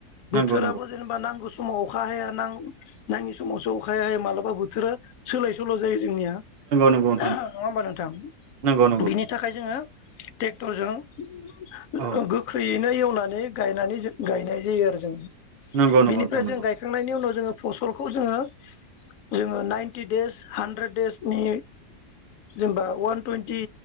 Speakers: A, on the left; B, on the right.
A: बोथोराबो
B: नंगौ नंगौ
A: जेनेबा नांगौ स समाव अखा हाया ना नाङि समावसो अखा हाया मालाबा बोथोरा सोलाय सोल' जायो। जोंनिया
B: नंगौ
A: <unintelligible> नङा होमबा नोंथां
B: नंगौ नोंथां नंगौ
A: बिनि थाखाय जोङो टेक थ' जों
B: औ
A: गोख्रैयैनो एव फोनानै गायनानै जों गायनाय जायो आरो जों।
B: नंगौ नंगौ
A: बिनिफ्राय
B: नोंथां
A: जों गायखांनायनि उनाव जोङो फसलखौ जोङो जोङो नाइन्टि देस हानद्रेद देसनि जेनेबा वान टुइन्टि